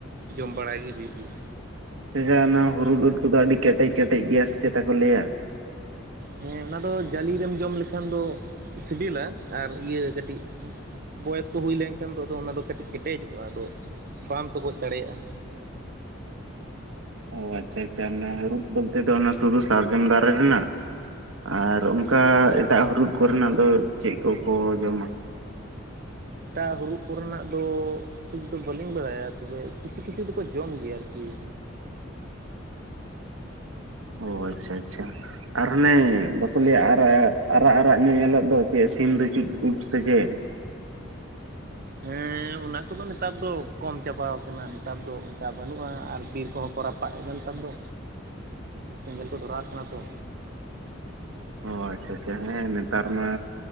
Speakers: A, on the right; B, on the right.
A: ᱡᱚᱢ ᱵᱟᱲᱟᱭ ᱜᱮ ᱦᱩᱭᱩᱜ ᱜᱮᱭᱟ᱾
B: ᱟᱪᱪᱷᱟ ᱟᱪᱪᱷᱟ ᱚᱱᱟ ᱦᱩᱨᱩᱫ ᱩᱫ ᱠᱚᱫᱚ ᱟᱹᱰᱤ ᱠᱮᱴᱮᱡ ᱠᱮᱴᱮᱡ ᱜᱮᱭᱟ ᱥᱮ ᱪᱮᱛᱟ ᱠᱚ ᱞᱟᱹᱭᱟ᱾
A: ᱦᱮᱸ ᱚᱱᱟ ᱫᱚ ᱡᱟᱹᱞᱤ ᱨᱮᱢ ᱡᱚᱢ ᱞᱮᱠᱷᱟᱱ ᱫᱚ ᱥᱤᱵᱤᱞᱟ ᱟᱨ ᱤᱭᱟᱹ ᱠᱟᱹᱴᱤᱡ᱾ ᱵᱚᱭᱮᱥ ᱠᱚ ᱦᱩᱭ ᱞᱮᱱᱠᱷᱟᱱ ᱫᱚ ᱟᱫᱚ ᱚᱱᱟᱫᱚ ᱠᱟᱹᱴᱤᱡ ᱠᱮᱴᱮᱡᱚᱜ-ᱟ, ᱟᱫᱚ ᱵᱟᱢ ᱛᱚᱜᱚᱡ ᱫᱟᱲᱮᱭᱟᱜ-ᱟ᱾
B: ᱚ ᱟᱪᱪᱷᱟ ᱟᱪᱪᱷᱟ ᱚᱱᱮ ᱦᱩᱨᱩᱫ ᱵᱚᱞᱛᱮ ᱫᱚ ᱚᱱᱟ ᱥᱩᱫᱷᱩ ᱥᱟᱨᱡᱚᱢ ᱫᱟᱨᱮ ᱨᱮᱱᱟᱜ᱾ ᱟᱨ ᱟᱫᱚ ᱚᱱᱠᱟ
A: ᱦᱮᱸ
B: ᱮᱴᱟᱜ ᱦᱩᱨᱩᱫ ᱠᱚᱨᱮᱱᱟᱜ ᱫᱚ ᱪᱮᱫ ᱠᱚᱠᱚ ᱡᱚᱢᱟ᱾
A: ᱮᱴᱟᱜ ᱦᱩᱲᱩᱜ ᱠᱚᱨᱮᱱᱟᱜ ᱫᱚ, ᱴᱷᱤᱠ ᱫᱚ ᱵᱟᱹᱞᱤᱧ ᱵᱟᱲᱟᱭᱟ ᱛᱚᱵᱮ ᱠᱤᱪᱷᱩ ᱠᱤᱪᱷᱩ ᱫᱚᱠᱚ ᱡᱚᱢ ᱜᱮᱭᱟ ᱟᱨᱠᱤ᱾
B: ᱚ ᱟᱪᱪᱷᱟ ᱟᱪᱪᱷᱟ᱾ ᱟᱨ ᱚᱱᱮ ᱵᱟᱠᱚ ᱞᱟᱹᱭᱟ ᱟᱨᱟᱜ, ᱟᱨᱟᱜ-ᱟᱨᱟᱜ ᱧᱚᱜ ᱧᱮᱞᱚᱜ ᱫᱚ᱾ ᱪᱮᱫ ᱥᱤᱢ ᱫᱩᱪᱩᱫ ᱩᱫ ᱥᱮ ᱪᱮᱫ?
A: ᱦᱮᱸᱻ ᱦᱮᱸ ᱚᱱᱟ ᱠᱚᱫᱚ ᱱᱮᱛᱟᱨ ᱫᱚ ᱠᱚᱢ ᱪᱟᱵᱟᱣ ᱠᱟᱱᱟ ᱱᱮᱛᱟᱨ ᱫᱚ ᱚᱱᱠᱟ ᱵᱟᱹᱱᱩᱜ-ᱟ ᱟᱨ ᱵᱤᱨ ᱠᱚᱦᱚᱸ ᱠᱚ ᱨᱟᱯᱟᱜ ᱮᱫᱟ ᱱᱮᱛᱟᱨ ᱫᱚ᱾
B: <inaudible>
A: ᱥᱮᱸᱜᱮᱞ ᱠᱚ ᱫᱷᱚᱨᱟᱣᱮᱜ ᱠᱟᱱᱟ ᱛᱚ᱾
B: ᱚ ᱟᱪᱪᱷᱟ ᱟᱪᱪᱷᱟ, ᱦᱮᱸ ᱱᱮᱛᱟᱨ ᱢᱟ